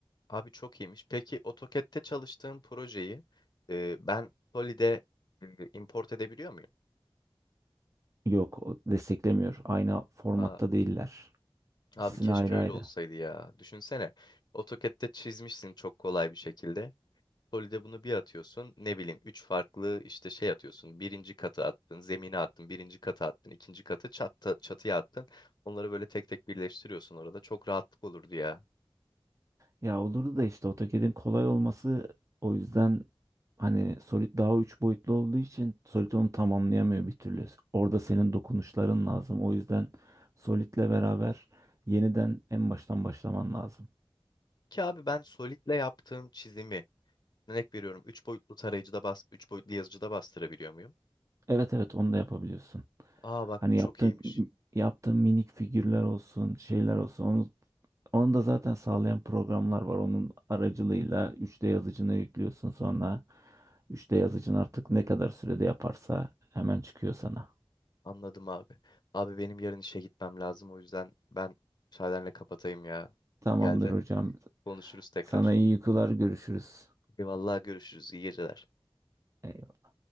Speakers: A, on the left; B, on the right.
A: Abi çok iyiymiş. Peki AutoCAD'te çalıştığım projeyi e, ben Solid'e e, import edebiliyor muyum?
B: Yok o desteklemiyor. Aynı formatta
A: Aa,
B: değiller.
A: abi
B: İkisini
A: keşke
B: ayrı
A: öyle
B: ayrı.
A: olsaydı ya. Düşünsene AutoCAD'te çizmişsin çok kolay bir şekilde. Solide bunu bir atıyorsun. Ne bileyim üç farklı işte şey atıyorsun. Birinci katı attın, zemine attın, birinci katı attın, ikinci katı çatı, çatıya attın. Onları böyle tek tek birleştiriyorsun orada. Çok rahatlık olurdu ya.
B: Ya olurdu da işte AutoCAD'in kolay olması o yüzden hani Solid daha üç boyutlu olduğu için Solid onu tamamlayamıyor bir türlü. Orada senin dokunuşların lazım. O yüzden Solid'le beraber yeniden en baştan başlaman lazım.
A: Ki abi ben Solid'le yaptığım çizimi örnek veriyorum. Üç boyutlu tarayıcıda bas, üç boyutlu yazıcıda bastırabiliyor muyum?
B: Evet evet onu da yapabiliyorsun.
A: Aa bak
B: Hani
A: bu çok
B: yaptığın
A: iyiymiş.
B: yaptığın minik figürler olsun, şeyler olsun. Onu onu da zaten sağlayan programlar var. Onun aracılığıyla 3D yazıcına yüklüyorsun. Sonra 3D yazıcın artık ne kadar sürede yaparsa hemen çıkıyor sana.
A: Anladım abi. Abi benim yarın işe gitmem lazım. O yüzden ben müsaadenle kapatayım ya.
B: Tamamdır
A: Geldi.
B: hocam.
A: Konuşuruz tekrar.
B: Sana iyi uykular, görüşürüz.
A: Eyvallah görüşürüz. İyi geceler.
B: Eyvallah.